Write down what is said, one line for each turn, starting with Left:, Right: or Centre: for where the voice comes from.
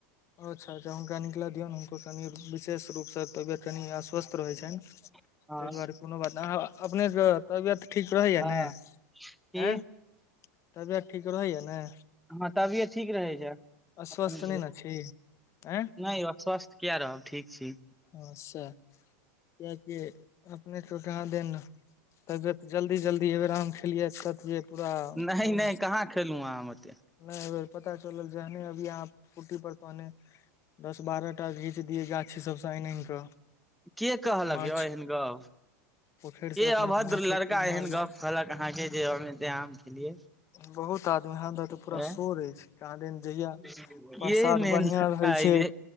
Left: अच्छा अच्छा हुनका निकल दियौ ने हुनको कनि विशेष रूपसँ तबियत कनि अस्वस्थ रहैत छनि
Centre: हँ
Left: तहि दुआरे कोनो बात अहाँ अपनेके तबियत ठीक रहैया
Centre: हँ
Left: ने आय
Centre: की
Left: तबियत ठीक रहैय ने
Centre: हँ तबियत ठीक रहै छै
Left: अस्वस्थ
Centre: अपन
Left: नहि ने छी आँय
Centre: नहि यौ स्वस्थ किया रहब ठीक छी
Left: <inaudible> कियकि अपने के कहाँ दे तबियत जलद जल्दी जल्दी हबेर खेलिय तत पूरा
Centre: नहि
Left: मोन
Centre: नहि कहाँ खेलहुँ आम ओतेक
Left: नहि, पता चलल जहने अभी यहाँ कुटी पड़ल तऽ ओहने। दस-बारह टा घीचि दियै, गाछी सभसँ आनि-आनि कऽ।
Centre: के कहलक
Left: माछ
Centre: यौ एहन गप?
Left: पोखरि
Centre: के
Left: से अपने
Centre: अभद्र
Left: माछो
Centre: लड़का
Left: खूब मारलहुं
Centre: एहन गप कहलक, अहाँके जे आम खेलियै?
Left: बहुत आदमी यऽ तऽ पूरा
Centre: ऐं
Left: शोर अछि। कहाँ, दिन जहिया
Centre: के
Left: प्रसाद
Centre: एहन
Left: बढ़ियाँ
Centre: लड़का
Left: रहै
Centre: अइ
Left: छै,